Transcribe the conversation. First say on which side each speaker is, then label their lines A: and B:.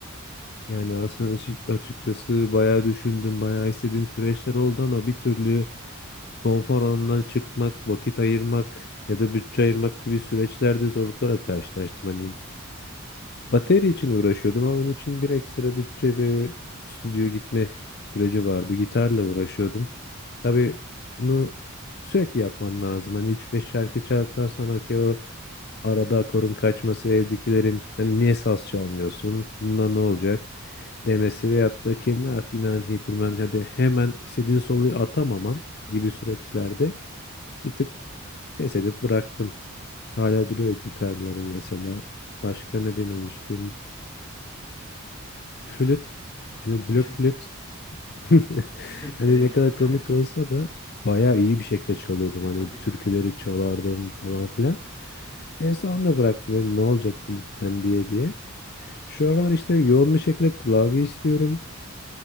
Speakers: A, on the left (about 50°); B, on the left (about 20°).
A: Yani aslında açık- açıkçası bayağı düşündüm, bayağı istediğim süreçler oldu ama bir türlü konfor alanından çıkmak, vakit ayırmak ya da bütçe ayırmak gibi süreçlerde zorluklara karşılaştım. Hani bateri için uğraşıyordum ama onun için bir ekstra bütçe ve stüdyo gitme süreci vardı. Gitarla uğraşıyordum. Tabii bunu sürekli yapman lazım. Hani üç beş şarkı çaldıktan sonra ki o Arada akorun kaçması, evdekilerin hani niye saz çalmıyorsun, bundan ne olacak demesi veyahut da kendine artık inancını yitirmen hadi hemen istediğin soluyu atamaman gibi süreçlerde bir tık pes edip bıraktım. Hala duruyor gitarlarım mesela. Başka ne denemiştim? Flüt. Yani blok
B: <laughs>
A: flüt. <laughs>
B: Sayılır
A: Hani ne kadar
B: gayet.
A: komik olsa da bayağı iyi bir şekilde çalıyordum.
B: E
A: Hani
B: tabii
A: türküleri
B: ki.
A: çalardım falan filan. En sonunda bıraktım dedim ne olacak flütten diye diye. Şu aralar işte yoğun bir şekilde klavye istiyorum.